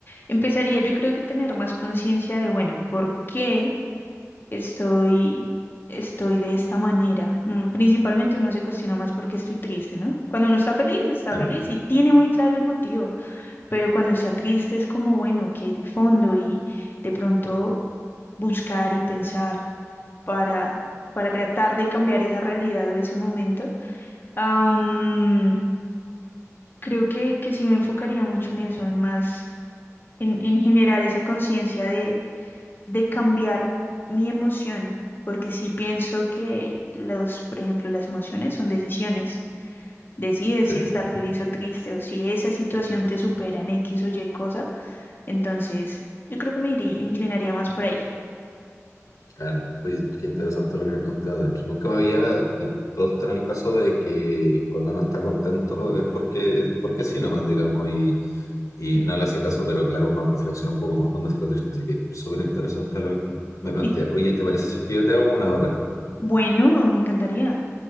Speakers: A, on the left; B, on the left.
A: empezaría yo creo que tener más conciencia de, bueno, ¿por qué? estoy, estoy de esta manera. Mm, Principalmente uno se cuestiona más porque estoy triste, ¿no? Cuando uno está feliz, está
B: Claro,
A: feliz y tiene muy claro el motivo, pero cuando está triste es como, bueno, que hay de fondo y de pronto buscar y pensar para, para tratar de cambiar esa realidad o ese momento. Am, creo que, que sí me enfocaría mucho en eso, en más, en, en generar esa conciencia de cambiar mi emoción, porque sí pienso que los, por ejemplo, las emociones son decisiones. Decides
B: sí,
A: si estar feliz o triste o si esa situación te supera en X o Y cosa, entonces yo creo que me iría, inclinaría más por ahí.
B: claro. Oye, qué interesante lo que planteas, de hecho. Nunca me había eh, puesto en el caso de que cuando uno está contento es porque, porque sí nomás, digamos, y y no le hace caso, pero claro, uno reflexiona un poco más cuando está triste, así que súper interesante lo que me plantea.
A: <laughs>
B: Oye, ¿te parece si es que yo te hago una hora?
A: Bueno, me encantaría.